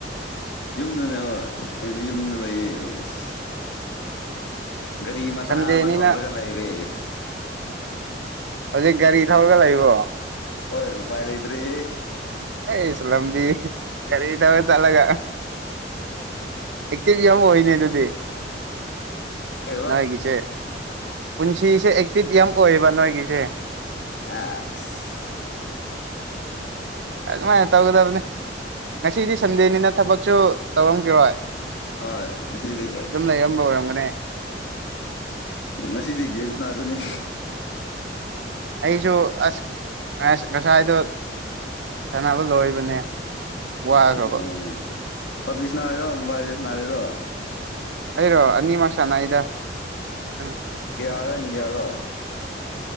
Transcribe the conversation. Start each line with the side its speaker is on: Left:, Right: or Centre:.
Left: ꯌꯨꯝꯗꯅꯦ ꯍꯣꯏ ꯑꯩꯗꯤ ꯌꯨꯝꯗ ꯂꯩꯌꯦꯁ ꯒꯥꯔꯤ ꯃꯆꯥ
Right: ꯁꯟꯗꯦꯅꯤꯅ
Left: ꯑꯃ ꯊꯧꯔꯒ ꯂꯩꯔꯦ
Right: ꯍꯧꯖꯤꯛ ꯒꯥꯔꯤ ꯊꯧꯔꯒ ꯂꯩꯕ꯭ꯔꯣ
Left: ꯍꯣꯏ ꯎꯄꯥꯏ ꯂꯩꯇꯔꯤ
Right: ꯑꯁ ꯂꯝ ꯂꯝꯕꯤ ꯔꯤ ꯊꯕ ꯆꯂꯒ ꯑꯦꯛꯇꯤꯚ ꯌꯥꯝ ꯑꯣꯏꯅꯦ ꯑꯗꯨꯗꯤ
Left: ꯀꯩꯕ
Right: ꯅꯏꯒꯤꯁꯦ ꯄꯨꯟꯁꯤꯁꯦ ꯑꯦꯛꯇꯤꯚ ꯌꯥꯝ ꯑꯣꯏꯌꯦꯕ ꯅꯣꯏꯒꯤꯁꯦ
Left: ꯑꯁ
Right: ꯑꯗꯨꯃꯥꯏꯅ ꯇꯧꯒꯗꯕꯅꯤ ꯉꯁꯤꯗꯤ ꯁꯟꯗꯦꯅꯤꯅ ꯊꯕꯛꯁꯨ ꯇꯧꯔꯝꯈꯤꯔꯣꯏ
Left: ꯍꯣꯏ ꯑꯁꯤꯗꯤ
Right: ꯑꯗꯨꯝ ꯂꯩꯔꯝꯕ ꯑꯣꯏꯔꯝꯒꯅꯤ
Left: ꯉꯁꯤꯗꯤ ꯒꯦꯝ ꯅꯥꯔꯅꯤ
Right: ꯑꯩꯁꯨ ꯑꯁ ꯑꯁ ꯉꯁꯥꯏꯗꯣ ꯁꯅꯣ ꯂꯣꯏꯕꯅꯦ ꯋꯥꯈ꯭ꯔꯕ
Left: ꯑꯣ ꯄꯕꯂꯤꯁ ꯅꯥꯔꯔꯣ ꯃꯣꯕꯥꯏꯜꯁ ꯅꯥꯔꯔꯣ
Right: ꯑꯩꯔꯣ ꯑꯅꯤꯃꯛ ꯁꯥꯟꯅꯩꯗ ꯎꯝ
Left: ꯀꯦꯌꯥꯔ ꯏꯟꯗꯤꯌꯥꯔꯣ